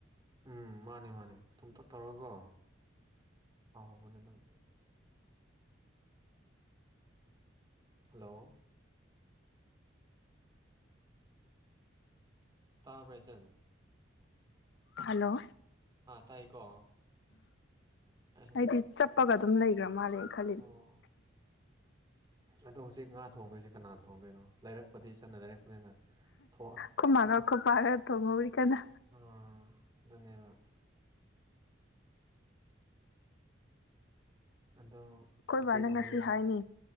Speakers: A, on the right; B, on the left.
A: ꯎꯝ ꯃꯥꯅꯦ ꯃꯥꯅꯦ ꯇꯨꯝꯝꯇ ꯇꯧꯔꯀꯣ ꯍꯥꯎ ꯍꯥꯎꯕꯅꯤ ꯑꯗꯨꯝ ꯍꯜꯂꯣ ꯇꯥꯕ꯭ꯔꯥ ꯏꯆꯟ
B: ꯍꯂꯣ
A: ꯑꯥ ꯇꯥꯏꯀꯣ ꯑꯩꯍꯪ
B: ꯑꯗꯤ ꯆ ꯀꯞꯄꯒ ꯑꯗꯨꯝ ꯂꯩ꯭ꯔ ꯃꯥꯜꯂꯦ ꯈꯜꯂꯤ
A: ꯑꯣ ꯑꯗꯣ ꯍꯧꯖꯤꯛ ꯉꯥ ꯊꯣꯡꯗꯣꯏꯁꯦ ꯀꯅꯥꯅ ꯊꯣꯡꯗꯣꯏꯅꯣ ꯂꯩꯔꯛꯄꯗꯤ ꯆꯠꯅ ꯂꯩꯔꯛꯄꯅꯤꯅ ꯊꯣꯛ
B: ꯈꯣꯏ ꯃꯥꯒ ꯈꯣꯏ ꯄꯥꯒ ꯇꯣꯡꯉ ꯍꯧꯔ ꯀꯗ
A: ꯑ ꯑꯗꯨꯅꯦꯕ ꯑꯗꯣ
B: ꯑꯩꯈꯣꯏ
A: ꯏꯆꯦꯗ
B: ꯕꯥꯅ ꯉꯁꯤ
A: ꯍꯣꯔꯦꯟ
B: ꯍꯥꯏꯅꯤ